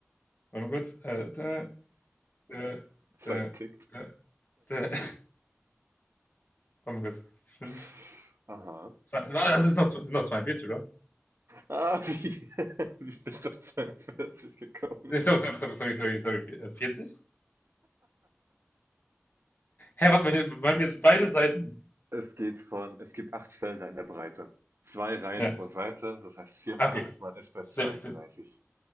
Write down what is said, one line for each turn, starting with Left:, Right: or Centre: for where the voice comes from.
Left: Warte mal kurz. Äh, da, da,
Right: Zeit
Left: da,
Right: tickt.
Left: da, da. <laughs> Warte mal kurz. Fünf.
Right: <laughs> Aha.
Left: Zwei, na, das sind noch, sind noch 42 oder?
Right: Ah, wie, <laughs> wie bist du auf 42 gekommen?
Left: Nee, Sorry, sorry, sorry, sorry, sorry, sorry. vier- äh, 40? Hä, warte mal, ich- waren wir jetzt beide Seiten?
Right: Es geht von, es gibt acht Felder in der Breite. Zwei Reihen
Left: Ja.
Right: pro Seite, das heißt 4 mal
Left: Ah, Okay.
Right: 8. man ist bei
Left: 16.
Right: 32.